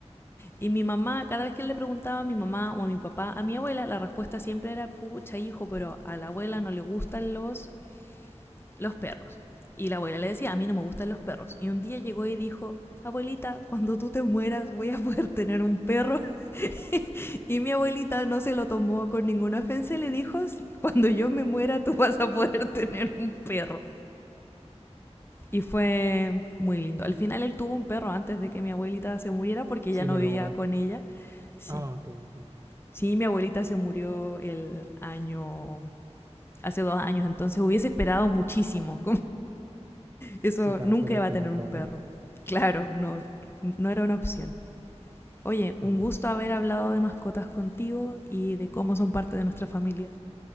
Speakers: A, on the left; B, on the right.
A: y mi mamá, cada vez que le preguntaba a mi mamá o a mi papá, a mi abuela, la respuesta siempre era, pucha hijo, pero a la abuela no le gustan los los perros. Y la abuela le decía, a mí no me gustan los perros. Y un día llegó y dijo, abuelita, cuando tú te mueras voy a poder tener un perro. <laughs> Y mi abuelita no se lo tomó con ninguna ofensa le dijo, sí, cuando yo me muera tú vas a poder <laughs> tener un perro. Y fue muy lindo. Al final él tuvo un perro antes de que mi abuelita se muriera porque
B: Sí,
A: ya no
B: lo
A: vivía
B: logró.
A: con ella. Sí.
B: Ah, ok, ok.
A: Sí, mi abuelita se murió el año, hace dos años, entonces hubiese esperado muchísimo. Eso
B: Sí, para
A: nunca
B: poder
A: iba
B: tenerlo,
A: a tener un perro.
B: ¿no?
A: Claro, no, no era una opción. Oye, un
B: Ah,
A: gusto haber hablado de mascotas contigo y de cómo son parte de nuestra familia.